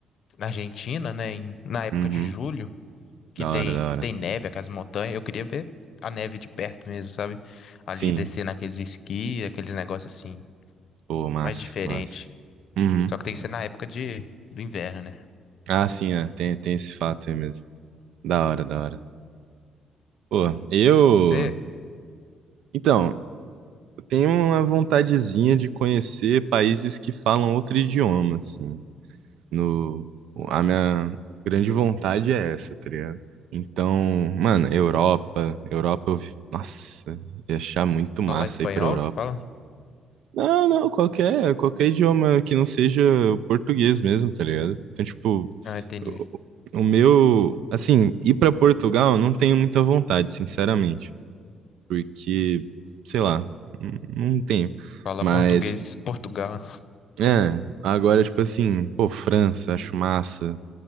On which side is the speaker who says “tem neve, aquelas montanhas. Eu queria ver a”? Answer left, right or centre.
Left